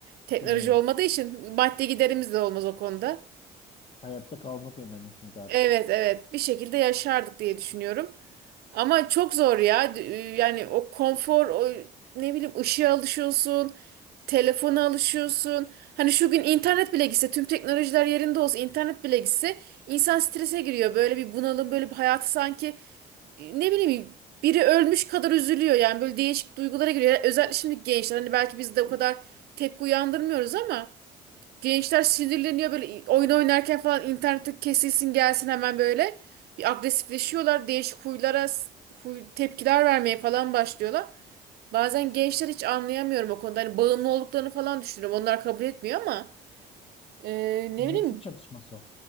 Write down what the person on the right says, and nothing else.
Teknoloji
olmadığı için maddi giderimiz de olmaz o konuda.
Evet evet bir şekilde yaşardık diye düşünüyorum. Ama çok zor ya. D- Yani o konfor, o ne bileyim ışığa alışıyorsun, telefona alışıyorsun. Hani şu gün internet bile gitse, tüm teknolojiler yerinde olsa, internet bile gitse insan strese giriyor. Böyle bir bunalım, böyle bir hayatı sanki e, ne bileyim biri ölmüş kadar üzülüyor. Yani böyle değişik duygulara giriyor. Özellikle şimdi gençler hani belki biz de o kadar tepki uyandırmıyoruz ama Gençler sinirleniyor böyle oyun oynarken falan internette kesilsin gelsin hemen böyle. Bir agresifleşiyorlar. Değişik huylara huy, tepkiler vermeye falan başlıyorlar. Bazen gençler hiç anlayamıyorum o konuda. Hani bağımlı olduklarını falan düşünüyorum. Onlar kabul etmiyor ama e, ne
bileyim.